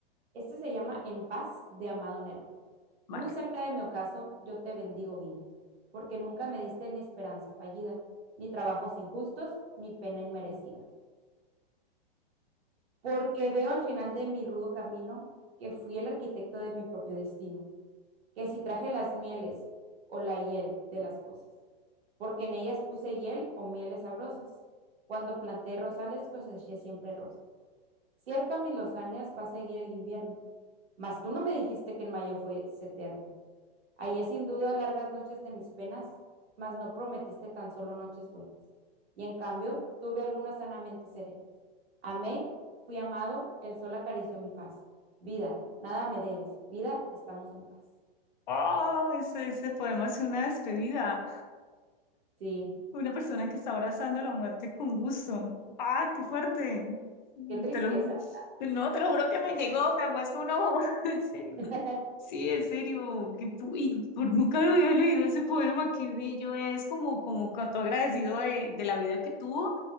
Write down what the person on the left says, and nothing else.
Vale.
Oh, ese, ese poema es una despedida.
Una persona que está abrazando la muerte con gusto. ¡Ah, qué fuerte!
Te lo, ju- no, te lo juro que me llegó, me ha puesto un ojo. <laughs> En serio.
Sí, en serio, que, pu- y por, nunca me había leído ese poema, qué bello es, como, como cuanto agradecido de, de la vida que tuvo,